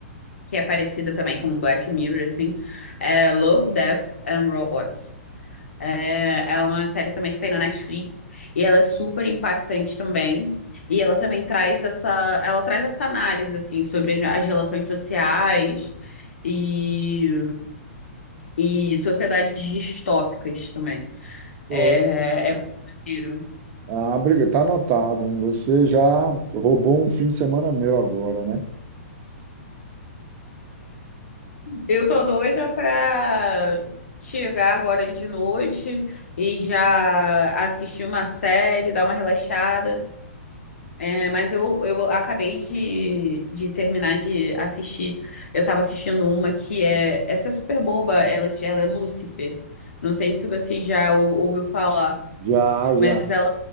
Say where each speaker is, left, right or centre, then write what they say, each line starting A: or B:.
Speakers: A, on the left; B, on the right.
A: que é parecida também com Black Mirror, assim, é Love, Death and Robots. É, é uma série também que tem na Netflix e ela é super impactante também. E ela também traz essa, ela traz essa análise, assim, sobre as, as relações sociais e, e sociedades distópicas também.
B: Pô,
A: É, é, é maneiro.
B: Ah, briga, tá anotado. Você já roubou um fim de semana meu agora, né?
A: Eu tô doida pra chegar agora de noite e já assistir uma série, dar uma relaxada. É, mas eu, eu acabei de, de terminar de assistir. Eu tava assistindo uma que é. Essa é super boba, ela, ela é Lúcifer. Não sei se você já ou- ouviu falar,
B: Já, já.
A: mas ela